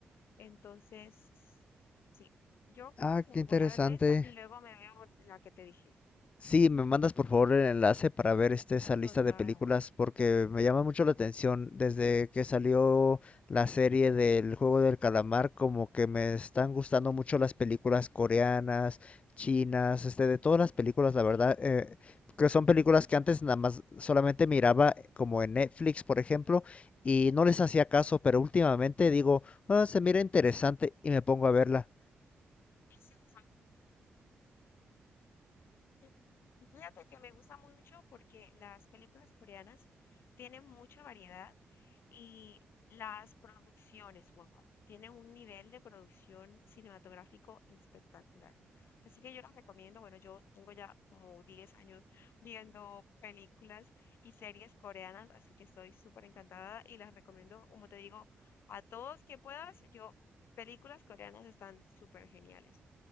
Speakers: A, on the left; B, on the left.
A: Entonces, sí, yo creo
B: Ah,
A: que
B: qué
A: voy
B: interesante.
A: a verme esta y luego me veo la que te dije.
B: Sí, me mandas por favor el enlace para ver este, esa lista
A: Total.
B: de películas porque me llama mucho la atención. Desde que salió la serie del Juego del Calamar, como que me están gustando mucho las películas coreanas, chinas, este, de todas las películas, la verdad,
A: Sí,
B: eh, que son películas que antes nada más solamente miraba eh, como en Netflix, por ejemplo, y no les hacía caso, pero últimamente digo, "Ah, se mira interesante y me pongo a verla.
A: ese es Sí, Y Fíjate que me gusta mucho porque las películas coreanas tienen mucha variedad y las producciones, wow, tienen un nivel de producción cinematográfico espectacular. Así que yo las recomiendo. Bueno, yo tengo ya como 10 años viendo películas y series coreanas, así que estoy súper encantada y las recomiendo, como te digo, a todos que puedas. Yo, películas coreanas están súper geniales.